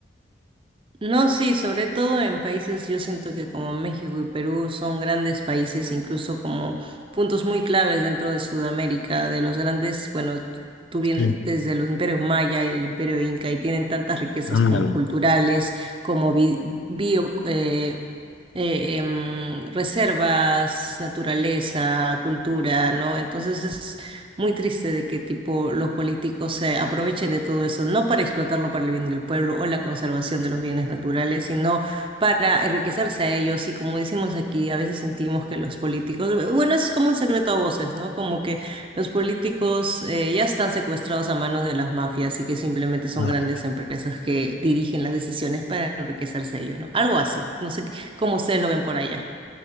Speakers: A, on the right; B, on the left.
A: No, sí, sobre todo en países, yo siento que como México y Perú son grandes países, incluso como puntos muy claves dentro de Sudamérica, de los grandes, bueno, t- tú bien
B: Sí,
A: desde los imperios maya y del imperio inca, y tienen tantas riquezas
B: ándale,
A: como culturales, como bi- bio, eh, eh, em, reservas, naturaleza, cultura, ¿no? Entonces es muy triste de que tipo los políticos se aprovechen de todo eso, no para explotarlo para el bien del pueblo o la conservación de los bienes naturales, sino para enriquecerse a ellos. Y como decimos aquí, a veces sentimos que los políticos, bueno, es como un secreto a voces, ¿no? Como que los políticos eh, ya están secuestrados a manos de las mafias y que simplemente son
B: ándale.
A: grandes empresas que dirigen las decisiones para enriquecerse a ellos, ¿no? Algo así. No sé qué- cómo ustedes lo ven por allá.